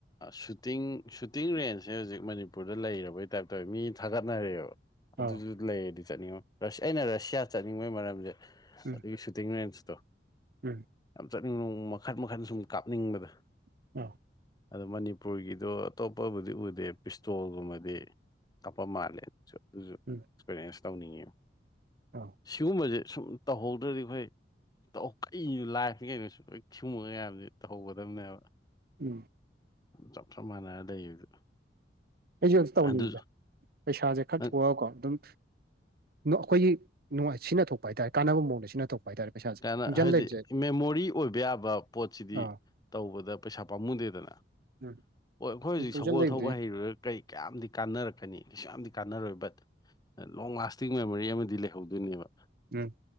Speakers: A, on the left; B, on the right.
A: ꯁꯨꯇꯤꯡ ꯁꯨꯇꯤꯡ ꯔꯦꯟꯖꯁꯦ ꯍꯧꯖꯤꯛ ꯃꯅꯤꯄꯨꯔꯗ ꯂꯩꯔꯕꯩ ꯇꯥꯏꯞꯇꯧꯋꯦ ꯃꯤ ꯊꯥꯒꯠꯅꯔꯛꯑꯦꯕ
B: ꯑꯧ
A: ꯑꯗꯨꯗꯨ ꯂꯩꯔꯗꯤ ꯆꯠꯅꯤꯡꯕ ꯑꯩꯅ ꯔꯁꯤꯌꯥ ꯆꯠꯅꯤꯡꯕꯒꯤ ꯃꯔꯝꯁꯦ
B: ꯎꯝ
A: ꯑꯗꯨꯒꯤ ꯁꯨꯇꯤꯡ ꯔꯦꯟꯖꯇꯣ
B: ꯎꯝ
A: ꯌꯥꯝ ꯆꯠꯅꯤꯡꯕ ꯃꯈꯟ ꯃꯈꯟ ꯁꯨꯝ ꯀꯥꯞꯅꯤꯡꯕꯗꯣ
B: <unintelligible>
A: ꯑꯗꯣ ꯃꯅꯤꯄꯨꯔꯒꯤꯗꯣ ꯑꯇꯣꯞꯄꯕꯨꯗꯤ ꯎꯗꯦ ꯄꯤꯁꯇꯣꯜꯒꯨꯝꯕꯗꯤ ꯀꯞꯄ ꯃꯥꯜꯂꯦꯁꯨ ꯑꯗꯨꯁꯨ ꯑꯦꯛꯁꯄꯤꯔꯤꯌꯦꯟꯁ
B: ꯎꯝ
A: ꯇꯧꯅꯤꯡꯉꯦꯕ
B: ꯑꯧ
A: ꯁꯤꯒꯨꯝꯕꯁꯦ ꯁꯨꯝ ꯇꯧꯍꯧꯗ꯭ꯔꯗꯤ ꯑꯩꯈꯣꯏ ꯀꯩ ꯂꯥꯏꯐꯇ ꯀꯩꯅꯣꯁꯨ ꯍꯣꯏ ꯁꯤꯒꯨꯝꯕ ꯃꯌꯥꯝꯁꯤ ꯇꯧꯍꯧꯒꯗꯕꯅꯦꯕ
B: ꯎꯝ
A: ꯆꯞ ꯆꯞ ꯃꯥꯟꯅꯔ ꯂꯩꯕꯗꯨ
B: ꯑꯩꯁꯨ ꯑꯝꯇ ꯇꯧꯅꯤꯡꯉꯤꯗ
A: ꯑꯗꯨ
B: ꯄꯩꯁꯥꯁꯦ ꯈꯔ
A: ꯅꯪ
B: ꯊꯣꯛꯑꯒꯀꯣ ꯑꯗꯨꯝ ꯑꯩꯈꯣꯏꯒꯤ ꯁꯤꯅ ꯊꯣꯛꯄ ꯍꯥꯏꯇꯥꯔꯦ ꯀꯥꯟꯅꯕ ꯃꯑꯣꯡꯗ ꯁꯤꯅ ꯊꯣꯛꯄ ꯍꯥꯏꯇꯥꯔꯦ ꯄꯩꯁꯥꯁꯦ
A: ꯀꯅ
B: ꯇꯨꯡꯖꯟ
A: ꯍꯥꯏꯗꯤ
B: ꯂꯩꯕꯁꯦ
A: ꯃꯦꯃꯣꯔꯤ ꯑꯣꯏꯕ ꯌꯥꯕ ꯄꯣꯠꯁꯤꯗꯤ
B: ꯑꯥ
A: ꯇꯧꯕꯗ ꯄꯩꯁꯥ ꯄꯥꯝꯃꯨꯗꯦꯗꯅ
B: ꯎꯝ
A: ꯑꯣ ꯑꯩꯈꯣꯏ ꯍꯧꯖꯤꯛ
B: ꯇꯨꯡꯖꯟ
A: ꯁꯒꯣꯜ
B: ꯂꯩꯕꯗꯤ
A: ꯊꯧꯕ ꯍꯩꯔꯨꯔ ꯀꯩ ꯀꯌꯥꯝꯗꯤ ꯀꯥꯟꯅꯔꯛꯀꯅꯤ ꯀꯩꯁꯨ ꯌꯥꯝꯗꯤ ꯀꯥꯟꯅꯔꯣꯏ ꯕꯠ ꯂꯣꯡ ꯂꯥꯁꯇꯤꯡ ꯃꯦꯃꯣꯔꯤ ꯑꯃꯗꯤ ꯂꯩꯍꯧꯗꯣꯏꯅꯦꯕ
B: ꯎꯝ